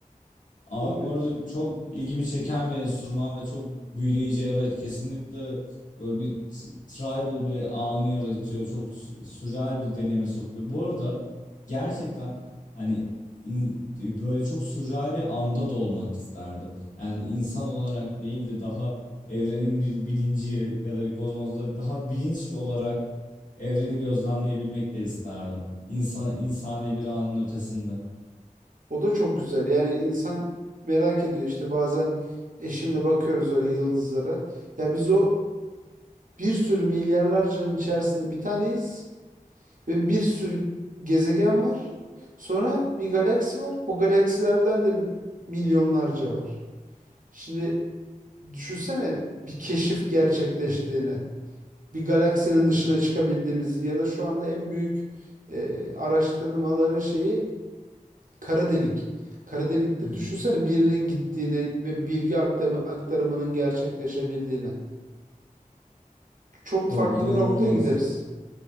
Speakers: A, on the left; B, on the right.
A: Abi
B: O
A: bu arada çok ilgimi çeken bir enstrüman ve çok büyüleyici evet kesinlikle böyle bir t- tribal bir anı yaratıyor çok sü- sürreal bir deneyime sokuyor. Bu arada gerçekten hani in- böyle çok sürreal bir anda da olmak isterdim. Yani insan olarak değil de daha evrenin bir bilinci ya da bir kozmozda daha bilinç olarak evreni gözlemleyebilmek de isterdim. İnsan, insani bir anın ötesinde.
B: o da çok güzel. Yani insan merak ediyor işte bazen eşimle bakıyoruz öyle yıldızlara. Ya biz o bir sürü milyarlarcanın içerisinde bir taneyiz. Ve bir sürü gezegen var. Sonra bir galaksi var. O galaksilerden de milyonlarca var. Şimdi düşünsene bir keşif gerçekleştiğini. Bir galaksinin dışına çıkabildiğimizi ya da şu anda en büyük e, araştırmaların şeyi kara delik. Kara delikte
A: <laughs>
B: düşünsene birinin gittiğini ve bilgi aktarımı- aktarımının gerçekleşebildiğini. Çok
A: Çok
B: farklı
A: inanılmaz.
B: bir noktaya gideriz.